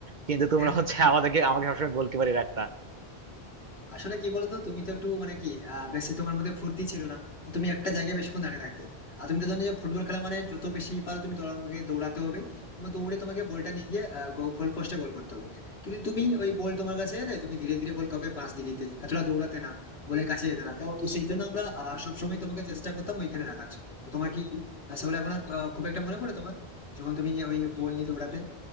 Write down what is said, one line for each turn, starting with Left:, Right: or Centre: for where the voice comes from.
Right: কিন্তু তোমরা
Left: হ্যাঁ বন্ধু
Right: হচ্ছে আমাদেরকে আমাকে সবসময় গোলকিপারই রাখতা
Left: আসলে কি বলতো তুমি তো একটু মানে কি আহ, বেশি তোমার মধ্যে ফুর্তি ছিল না তো তুমি একটা জায়গায় বেশিক্ষণ দাঁড়িয়ে থাকতে আর তুমি তো জানো যে ফুটবল খেলা মানে যত বেশি পারো তুমি তোমাকে দৌড়াতে হবে এবং দৌড়ে তোমাকে বলটা নিয়ে গিয়ে গোল পোস্টে গোল করতে হবে কিন্তু তুমি ওই বল তোমার কাছে এলে তুমি ধীরে ধীরে বল কাউকে পাস দিয়ে দিতে এতটা দৌড়াতে না বলে কাছে যেতে না তো তো সেই জন্য আমরা আহ, সবসময় তোমাকে চেষ্টা করতাম ওইখানে রাখার জন্য। তো তোমার কি আহ, সেগুলো এখন আর, আহ, খুব একটা মনে পড়ে তোমার যখন তুমি ওই বল নিয়ে দৌড়াতে